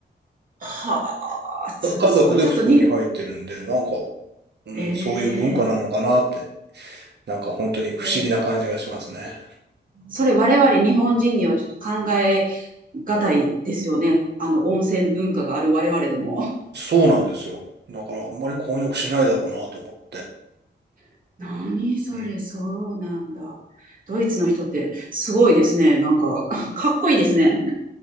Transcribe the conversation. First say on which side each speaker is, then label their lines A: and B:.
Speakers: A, on the right; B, on the right.
A: はあ、すごい。
B: だ家族で普通に入ってるんで、
A: ちょっとに、
B: なんか、うん、
A: えー、
B: そういう文化なのかなって、なんか本当に不思議な感じがしますね。
A: えーそれ我々日本人にはちょっと考えがたいですよね。あの温泉文化がある我々でも。
B: そうなんですよ。だからあんまり混浴しないだろうなと思って。
A: <laughs> 何それ、
B: うん
A: そうなんだ。ドイツの人ってすごいですね。なんか、<laughs> かっこいいですね。